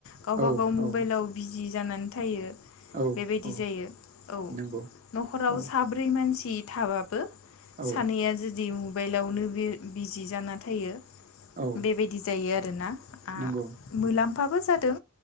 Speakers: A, on the left; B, on the right.
A: गावबा
B: औ
A: गाव मुबाइलाव
B: औ
A: बिजि जानानै थायो।
B: औ
A: बेबायदि
B: औ
A: जायो औ
B: नंगौ
A: न'खराव
B: औ
A: साब्रै मानसि थाबाबो
B: औ
A: सानैया जुदि बाइलावनो बे बिजि जाना थायो।
B: औ
A: बेबायदि जायो आर दोना आ
B: नंगौ
A: मुलाम्फाबो जादों।